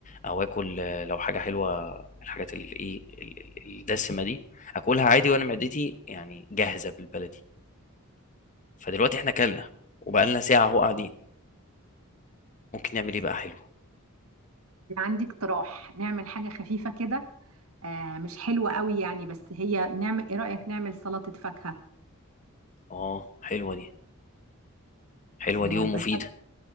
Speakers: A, on the left; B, on the right.
A: او اكل آه، لو حاجة حلوة من الحاجات اللي ايه ال- ال- الدسمة دي اكلها عادي وانا معدتي يعني جاهزة بالبلدي فدلوقتي احنا كلنا وبقالنا ساعة اهو قاعدين ممكن نعمل ايه بقى حلو
B: أنا عندي اقتراح نعمل حاجة خفيفة كده آه مش حلوة قوي يعني بس هي نعمل ايه رأيك نعمل سلطة فاكهة
A: اه حلوة دي حلوة
B: آه
A: دي ومفيدة
B: بس